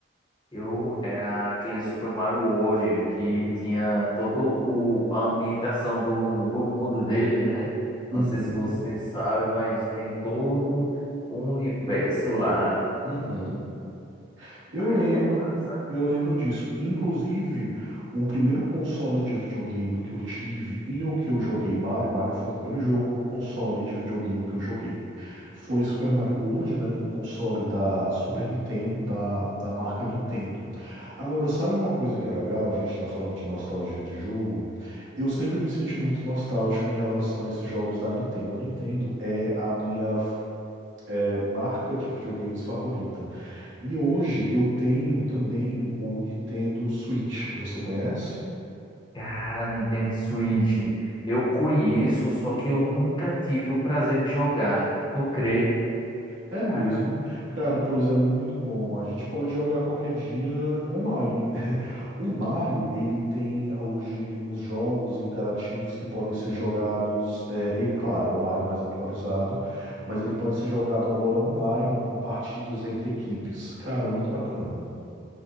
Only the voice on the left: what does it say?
Eu era aquele Super Mario World que tinha todo o, a ambientação do, do mundo deles, né? Não
sei se você sabe, mas tem todo o universo lá.
Aí
é massa.
Cara, Nintendo Switch, eu conheço, só que eu nunca tive o prazer de jogar. Tu crê?
Cara,